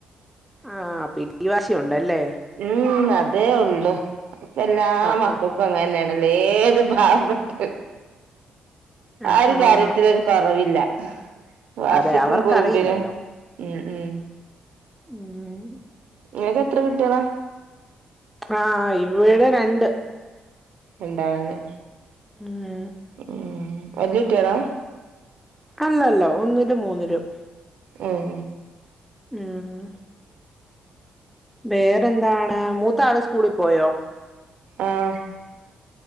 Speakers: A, in the centre; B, on the right.
A: ആഹ് പിടി വാശി ഒണ്ടല്ലേ?
B: ഉം അതേ ഒള്ളു ഇപ്പ എല്ലാ
A: ആഹ്
B: മക്കക്കു
A: ആഹ്
B: ഇപ്പങ്ങനെ ആണ്ല്ലേ ഏത് പാവപ്പെട്ട ആ
A: ആഹ്
B: ഒര് കാര്യ
A: ആഹ്
B: ത്തിലൊര് കൊറവില്ല വാശിക്കും
A: അതെ അവർക്കറിയില്ലല്ലോ
B: കുറുമ്പിനും ഉം ഉം
A: ഉം
B: ഇങ്ങക്ക് എത്ര കുട്ട്യേളാ?
A: ആഹ് ഇവിടെ രണ്ട്
B: രണ്ടാണ്
A: ആഹ്
B: ഉം വല്ല്യ കുട്ട്യോളാ?
A: അല്ലല്ല ഒന്നിലും മൂന്നിലും
B: ഉം
A: ഉം വേറെന്താണ് മൂത്താള് സ്കൂളി പോയോ
B: ആഹ്